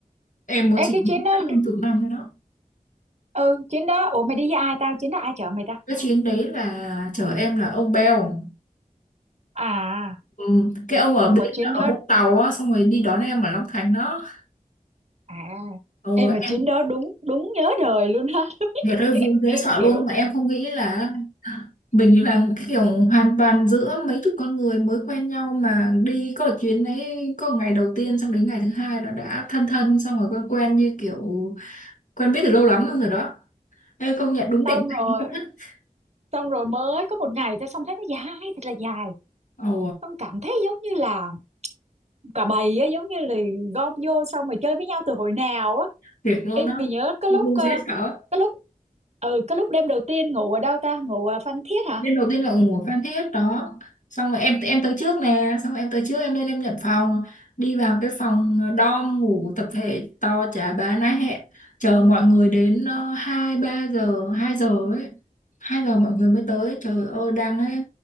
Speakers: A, on the left; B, on the right.
A: em mới
B: Ê
A: chỉ
B: cái chuyến
A: nhớ
B: đó
A: hơn chục năm rồi đó.
B: ừ chuyến đó ủa mày đi với ai tao chuyến đó ai chở mày ta?
A: Cái chuyến đấy là chở em là ông Bèo.
B: À
A: Ừ, cái ông ở
B: không
A: bên
B: mà chuyến
A: ở
B: đó
A: Vũng Tàu á, xong rồi đi đón em ở Long Thành đó.
B: à
A: Ồ,
B: em mà
A: em
B: chuyến đó đúng đúng nhớ đời luôn á
A: Trời ơi
B: <laughs>
A: vui dễ sợ luôn
B: kiểu
A: mà em không nghĩ là mình là cái kiểu hoàn toàn giữa mấy chục con người mới quen nhau mà đi có chuyến đấy có ngày đầu tiên xong đến ngày thứ hai là đã thân thân xong rồi quen quen như kiểu quen biết từ lâu lắm rồi đó. Ê công nhận đúng định
B: xong
A: mệnh
B: rồi
A: luôn á.
B: xong rồi mới có một ngày thôi xong thấy nó dài thật là dài
A: Ồ,
B: xong cảm thấy giống như là cả bầy á giống như là gom vô xong rồi chơi với nhau từ hồi nào á
A: tuyệt luôn
B: em
A: đó.
B: thì nhớ cái
A: Vui
B: lúc ờ,
A: dễ sợ.
B: cái lúc ừ cái lúc đêm đầu tiên ngủ ở đâu ta ngủ ở Phan Thiết hả
A: nên đầu tiên là ủng hộ Phan Thiết đó xong rồi em em tới trước nè xong rồi em tới trước em lên em nhận phòng đi vào cái phòng ờ, dorm ngủ tập thể to chả bá nái hẹ chờ mọi người đến ờ, hai ba giờ hai giờ ấy hai giờ mọi người mới tới trời ơi đang ấy,